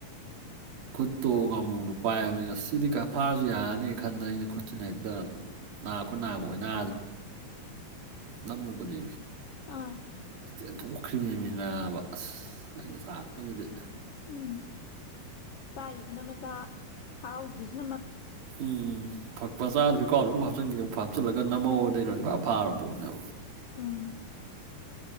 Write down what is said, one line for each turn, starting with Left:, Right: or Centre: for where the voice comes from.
Right: ꯈꯨꯠꯇꯣ ꯉꯥꯃꯨꯗꯨꯣ ꯄꯥꯏꯕꯅꯤꯅ ꯑ ꯁꯤꯗꯤ ꯐꯥꯔꯁꯨ ꯌꯥꯔꯅꯤ ꯈꯟꯗ ꯑꯩꯅ ꯈꯨꯠꯁꯤꯅ ꯍꯦꯛꯇ ꯅꯥꯈꯣꯏ ꯅꯥꯕ ꯑꯣꯏꯅ ꯅꯝꯃꯨꯕꯅꯤ
Left: ꯑꯥ
Right: ꯆꯦꯟꯊꯣꯛꯈ꯭ꯔꯤꯕꯅꯦꯅꯤꯅꯕ ꯑꯁ ꯑꯩꯅ ꯆꯥꯛꯛꯄꯗꯨꯗꯤ
Left: ꯎꯝ ꯄꯥꯏꯔꯤꯁꯤꯅ ꯃꯆꯥ ꯊꯥꯍꯧꯗ꯭ꯔꯤꯁꯤꯅ
Right: ꯎꯝ ꯐꯄ ꯆꯥꯗꯁꯨꯗꯤ ꯀꯥꯎꯗ ꯑꯗꯨꯝ ꯍꯥꯞꯆꯤꯟꯒꯦ ꯍꯥꯞꯆꯤꯜꯂꯒ ꯅꯝꯃꯧꯑꯣꯗꯩꯅꯣ ꯏ ꯐꯥ ꯐꯥꯔꯕ ꯄꯣꯠꯅꯦꯕ
Left: ꯑꯥ